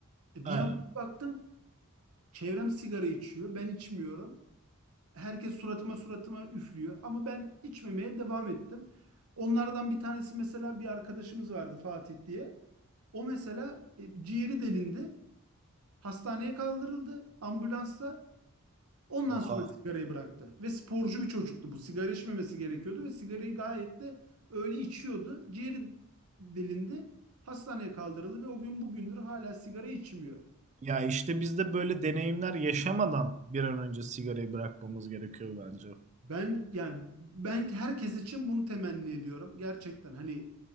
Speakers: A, on the right (about 85°); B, on the right (about 30°).
A: E,
B: Aynen.
A: Bir yandan baktım çevrem sigara içiyor. Ben içmiyorum. Herkes suratıma suratıma üflüyor. Ama ben içmemeye devam ettim. Onlardan bir tanesi mesela bir arkadaşımız vardı Fatih diye. O mesela e, ciğeri delindi. Hastaneye kaldırıldı ambulansa. Ondan
B: Oha.
A: sonra sigarayı bıraktı. Ve sporcu bir çocuktu bu. Sigara içmemesi gerekiyordu ve sigarayı gayet de öyle içiyordu. Ciğeri delindi. Hastaneye kaldırıldı ve o gün bugündür hala sigara içmiyor.
B: Ya işte biz de böyle deneyimler yaşamadan bir an önce sigarayı bırakmamız gerekiyor bence.
A: Ben yani ben herkes için bunu temenni ediyorum gerçekten hani